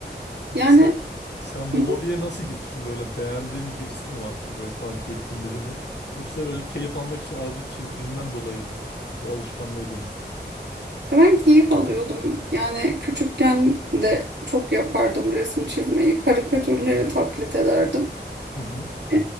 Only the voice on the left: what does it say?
Peki
sen sen
bu hobiye nasıl giriştin? Böyle beğendiğin birisi mi vardı? Böyle takip ettiğin biri mi? Yoksa böyle keyif almak için arada çizdiğinden dolayı mı? Bu alışkanlığı edindin.
Hı hı.